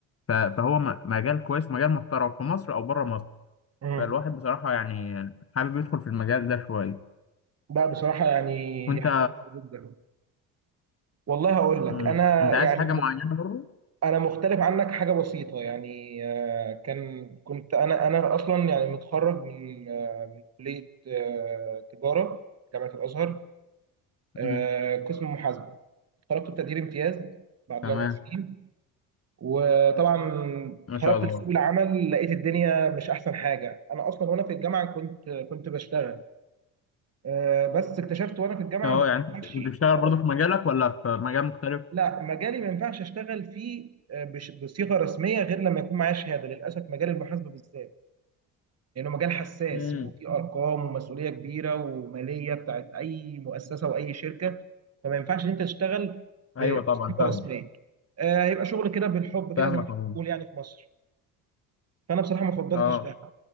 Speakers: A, on the left (about 35°); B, on the right (about 40°).
A: ف- فهو م- مجال كويس مجال محترم في مصر أو بره مصر
B: امم
A: فالواحد بصراحة يعني حابب يدخل في المجال ده شوية
B: لا بصراحه يعني
A: وأنت
B: دي حاجه كويسة جدا والله هقول
A: مم.
B: لك انا
A: أنت
B: يعني
A: عايز حاجة معينة برضه؟
B: انا مختلف عنك حاجه بسيطه يعني آه، كان كنت انا انا اصلا يعني متخرج من آه، من كليه آه، تجاره جامعه الازهر آه،
A: مم.
B: قسم محاسبه خرجت بتقدير امتياز بعد
A: تمام
B: الاربع سنين وطبعا
A: ما
B: خرجت
A: شاء الله
B: لسوق العمل لقيت الدنيا مش احسن حاجه انا اصلا وانا في الجامعه كنت كنت بشتغل آه، بس اكتشفت وانا في الجامعه
A: أه
B: ان ما
A: يعني
B: ينفعش
A: أنت بتشتغل
B: آه،
A: برضه في مجالك ولا في مجال مختلف؟
B: لا مجالي ما ينفعش اشتغل فيه آه، بش- بصيغه رسميه غير لما يكون معايا شهاده للاسف مجال المحاسبه بالذات لأنه مجال حساس
A: مم.
B: وفيه أرقام ومسؤولية كبيرة ومالية بتاعت أي مؤسسة وأي شركة فما ينفعش إن أنت تشتغل
A: أيوه
B: بسليبر
A: طبعا فاهم
B: سلاك آه هيبقى شغل كده بالحب كده
A: فاهمك
B: زي ما احنا
A: أهو
B: بنقول يعني في مصر فأنا بصراحة ما فضلتش
A: أه
B: ده